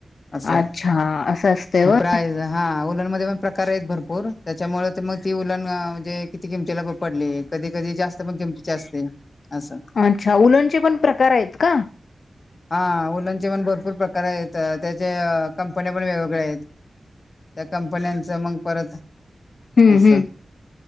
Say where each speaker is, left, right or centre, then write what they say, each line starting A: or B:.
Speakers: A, on the left; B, on the left.
A: असं आहे.
B: अच्छा असं असतंय होय.
A: प्राईज हा उलमध्ये पण प्रकार आहेत भरपूर त्याच्यामुळे मग ती उलण म्हणजे किंमती ला पडले कधी कधी जास्त मग किमती असते असं.
B: अच्छा उलडचे पण प्रकार आहेत का?
A: हा ओलंंचे पण भरपूर प्रकार आहेत त्याचे कंपन्या पण वेगवेगळ्या आहेत, त्या कंपन्यांच मग परत
B: हम्म
A: असं
B: हम्